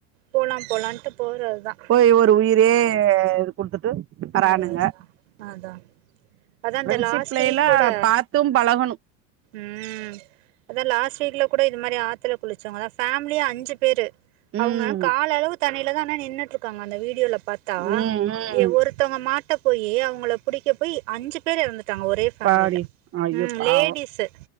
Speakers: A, on the right; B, on the right.
A: போலா போலான்ட்டு போறதுதா
B: பொய் ஒரு உயிரே இது குடுத்துட்டு வரானுங்க
A: அதா அஜுனா அதா அதா
B: ஃப்ரெண்ட்ஷிப்லலா
A: அந்த லாஸ்ட்டு வீக் கூட
B: பாத்தும் பழகணு
A: ம் அதான் லாஸ்ட் வீக்ல கூட இது மாரி ஆத்துல குளிச்சவங்கதா ஃபேமிலியா அஞ்சு பேரு அவுங்க
B: ம்
A: கால் அளவு தண்ணில தா ஆனா நின்னுட்டுருக்காங்க அந்த வீடியோல பாத்தா
B: ம் ம்
A: ஏ ஒருத் தவுங்க மாட்ட போயி அவுங்கள புடிக்க போயி அஞ்சு பேர் எறந்துட்டாங்க ஒரே ஃபேமிலில
B: பாடி ஐயோ
A: ம்
B: பாவோ
A: லேடிஸ்சு